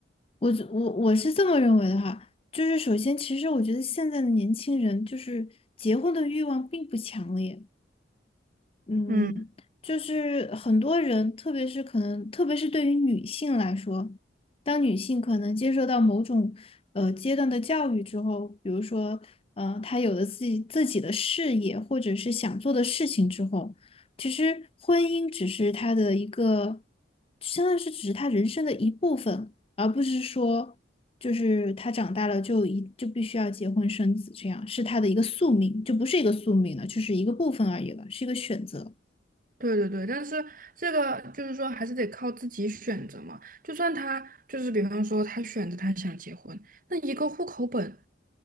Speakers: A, on the left; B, on the right.
A: 我觉我我是这么认为的哈，就是首先，其实我觉得现在的年轻人就是结婚的欲望并不强烈，嗯，
B: 嗯。
A: 就是很多人，特别是可能，特别是对于女性来说，当女性可能接受到某种呃阶段的教育之后，比如说，呃，她有了自己自己的事业或者是想做的事情之后，其实婚姻只是她的一个，相当于是只是她人生的一部分，而不是说就是他长大了就一就必须要结婚生子，这样是他的一个宿命，就不是一个宿命了，就是一个部分而已了，是一个选择。
B: 对对对，但是这个就是说，还是得靠自己选择嘛。就算他就是，比方说他选择他想结婚，那一个户口本